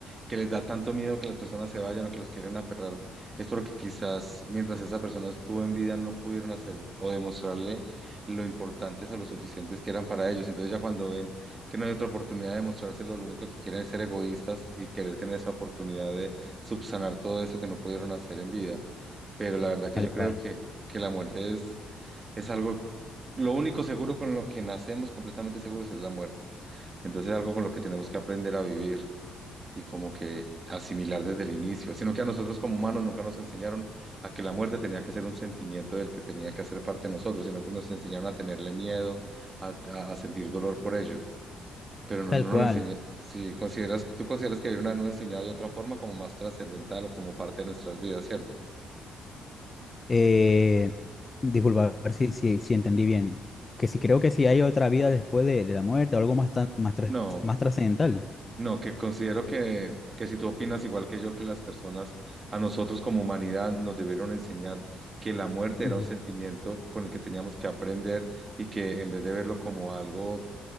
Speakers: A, on the right (about 30°); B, on the left (about 30°).
A: que les da tanto miedo que las personas se vayan o que los quieren aferrar, es porque quizás mientras esa persona estuvo en vida no pudieron hacer o demostrarle lo importantes o lo suficientes que eran para ellos. Entonces ya cuando ven que no hay otra oportunidad de mostrárselo, lo único que quieren es ser egoístas y querer tener esa oportunidad de subsanar todo eso que no pudieron hacer en vida. Pero la verdad que
B: Tal
A: yo
B: cual.
A: creo que, que la muerte es es algo, lo único seguro con lo que nacemos completamente seguros es la muerte. Entonces es algo con lo que tenemos que aprender a vivir y como que asimilar desde el inicio, sino que a nosotros como humanos nunca nos enseñaron a que la muerte tenía que ser un sentimiento del que tenía que hacer parte de nosotros, sino que nos enseñaron a tenerle miedo, a, a- a sentir dolor por ello, pero no,
B: Tal
A: no
B: cual.
A: nos enseña, si consideras, tú consideras que debieron habernos enseñado de otra forma como más trascendental o como parte de nuestras vidas, ¿cierto?
B: Eh, disculpa, a ver si, si, si entendí bien. Que si creo que si hay otra vida después de, de la muerte, algo más, tan- más, tras-
A: No,
B: más trascendental.
A: No, que considero que, que si tú opinas igual que yo, que las personas, a nosotros como humanidad nos debieron enseñar que la muerte era
B: Mm.
A: un sentimiento con el que teníamos que aprender y que en vez de verlo como algo